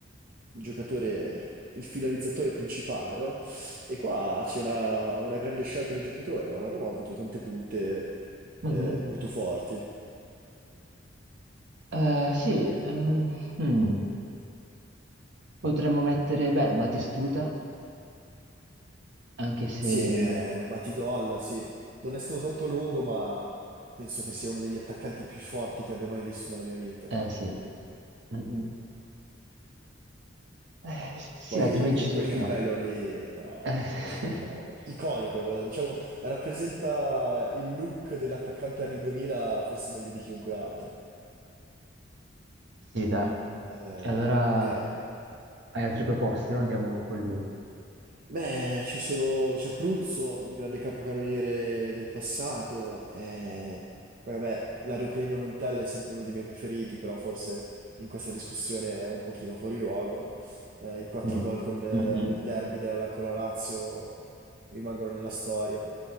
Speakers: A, on the right (about 45°); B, on the right (about 60°).
A: il giocatore, il finalizzatore principale, no? E qua c'è una, una grande scelta di giocatori, no? La Roma ha avuto tante punte
B: mhm.
A: eh, molto forti.
B: Eh, sì, ehm, hmm, potremmo mettere, beh, Batistuta, anche se...
A: Sì, eh, Batigol, sì. Non è stato tanto lungo, ma penso che sia uno degli attaccanti più forti che abbia mai visto nella mia vita.
B: Eh sì. Mm, mm. Eh, sì,
A: Poi
B: altrimenti...
A: con
B: ci-
A: quel cappello
B: No.
A: lì, no,
B: Eh,
A: di cosa parliamo?
B: <laughs>
A: Iconico, diciamo, rappresenta il look dell'attaccante anni 2000 forse meglio di chiunque altro.
B: sì, dai.
A: Eh,
B: Allora,
A: ok.
B: hai altre proposte? no? Andiamo con lui.
A: Beh, ci sono, c'è Pruzzo, un grande capocannoniere del passato, e poi vabbè, l'aeroplanino Montella è sempre uno dei miei preferiti, però forse in questa discussione è un pochino fuori luogo. Eh, i quattro
B: Mm,
A: gol con, eh,
B: mm, mm.
A: nel derby della, con la Lazio rimangono nella storia,